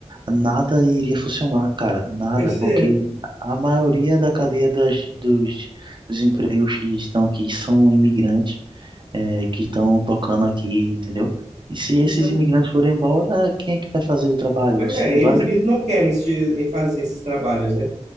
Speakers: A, on the right; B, on the right.
A: Nada iria funcionar, cara, nada,
B: Pois
A: porque
B: é.
A: a maioria da cadeia das, dos, dos empregos que estão aqui são imigrantes, é, que estão tocando aqui, entendeu? E se esses
B: Isso é-
A: imigrantes forem embora, quem é que vai fazer o trabalho?
B: Pois
A: Se
B: é, eles
A: vários
B: mesmos não querem se- fazer esses trabalhos, né?